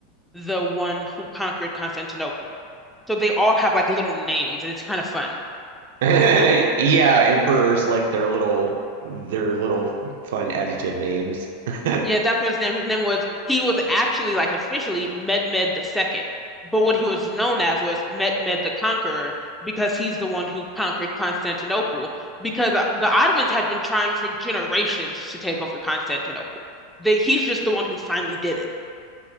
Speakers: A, in the centre; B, on the right.
A: the one who conquered Constantinople. So they all have like little names, and it's kind of fun.
B: <laughs> Yeah, emperors like their little their little fun adjective names. <laughs>
A: Yeah, that's what his name. His name was he was actually like officially Mehmed the Second, but what he was known as was Mehmed the Conqueror because he's the one who conquered Constantinople. Because the the Ottomans had been trying for generations to take over Constantinople. They, he's just the one who finally did it.